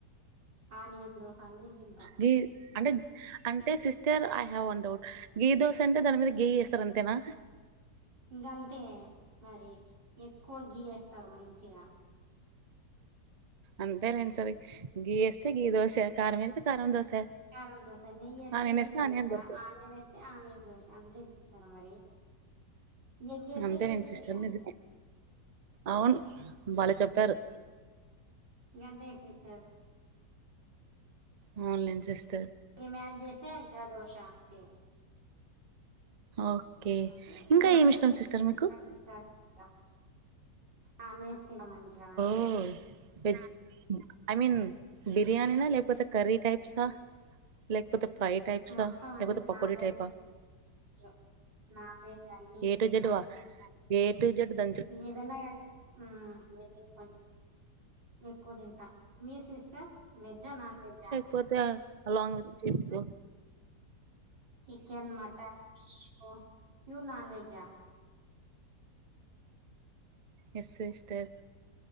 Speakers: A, on the right; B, on the right.
A: ఆనియన్ దోస అన్ని దింట
B: ది అంటే అంటే sister I have one doubt ghee dosa అంటే దాని మీద గీ వేస్తర అంతేనా
A: ఇంకంతే మరి ఎక్కువ గీ వేస్తారు మంచిగా
B: అంతే లేండిసార్ గీ వేస్తే గీ దోశ కారం వేస్తే కారం దోశ
A: కారం దోశా నెయ్యి వేస్తే
B: ఆనియన్
A: నెయ్యి dosa
B: onion dosa
A: onion onion dosa అంతే సిస్టరు మరి ఎగ్ వేస్తే
B: అంతేలేండి
A: ఎగ్ దోస
B: సిస్టర్ నిజమే అవును భలె చెప్పారు
A: గంతే సిస్టర్
B: అవును లేండి సిస్
A: ఈమె యాడ్ చేస్తే ఇంకా దోశ అంతే
B: ఓకే
A: <unintelligible>
B: ఇంకా
A: నన్వేజ
B: ఏమి ఇష్టం సిస్టర్ మీకు
A: చష్ట <unintelligible> non veg తినమంచిగ <unintelligible>
B: oh veg I mean బిర్యానీనా లేకపోతే కర్రీ టైప్సా, లేకపోతే ఫ్రై టైప్సా
A: మొత్తం
B: లేకపోతే
A: అన్ని
B: పకోడీ
A: నాన్ వెజ్
B: టైపా
A: నాన్ వెజ్ అన్ని
B: ఎ టు జెడ్ వా ఏ టు జెడ్ ద
A: ఏదన్నగాని మ్ కొంచెం ఎక్కువ తింటా మీరు సిస్టర్ వెజ్జా నాన్ వెజ్జా?
B: పోతే along with trip
A: chicken, mutton, fish pure non veg
B: yes sister